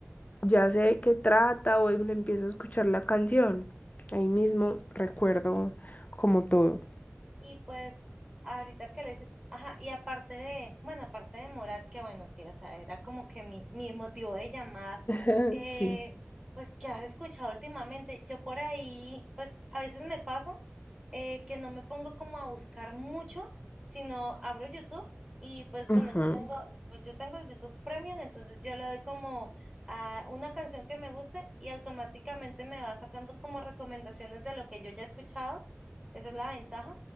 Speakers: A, on the left; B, on the right.
A: ya sé de qué trata o le empiezo a escuchar la canción, ahí mismo recuerdo como todo.
B: Y pues ahorita que le dices, ajá, y aparte de, bueno, aparte de Morat, que bueno, que o sea, era como que mi, mi motivo de llamada,
A: <laughs>
B: eh,
A: Sí.
B: pues que has escuchado últimamente, yo por ahí, pues a veces me pasa eh, que no me pongo como a buscar mucho, sino abro YouTube y pues bueno,
A: Ujú.
B: yo tengo, pues yo tengo el YouTube Premium, entonces yo le doy como a una canción que me guste y automáticamente me va sacando como recomendaciones de lo que yo ya he escuchado, esa es la ventaja.